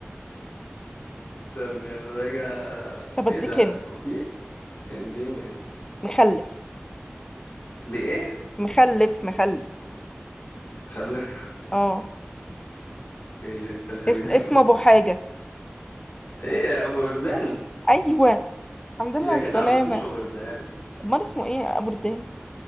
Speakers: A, on the left; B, on the left.
A: استني البجعة
B: طب اديك
A: ايه ده
B: هنا
A: وفي اديني هنا
B: مخلف
A: بايه
B: مخلف مخلف
A: خلف
B: اه
A: ايه الهنت الغريب
B: اس...
A: ده؟
B: اسمه ابو حاجه
A: <laughs> ايه يا ابو وردان
B: ايوه الحمد لله
A: يا
B: على
A: جدع
B: السلامه
A: ما اسموش ابو وردان
B: امال اسمه ايه ابو ردان